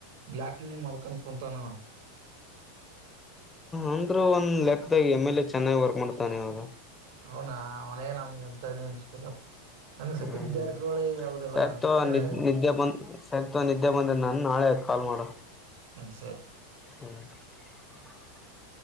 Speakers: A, on the right; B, on the left.
A: ಬ್ಲಾಕ್ ಮನಿ ಮಾಡ್ಕಂದ ಕುಂತಾನ. <inaudible>
B: ಅಂದ್ರು ಒಂದ್ ಲೆಕ್ಕದಾಗ ಎಮ್ ಎಲ್ ಎ ಚೆನ್ನಾಗ ವರ್ಕ್ ಮಾಡ್ತಾನ ಇವಾಗ.
A: ಅವನಾ ಅವನೇ <unintelligible>
B: ಹ್ಮ
A: ಜಾರಕಿಹೊಳಿ ಅವರೆಲ್ಲಾ
B: ಸರಿ ತೊ
A: ಚೆನ್ನಾಗಿ
B: ನಿದ್ದೆ ಬಂತ್ ಸರಿ ತೊ ನಿದ್ದೆ ಬಂದನ ನಾಳೆ ಕಾಲ್ ಮಾಡ.
A: ಹ್ಮ ಸರಿ
B: <inaudible>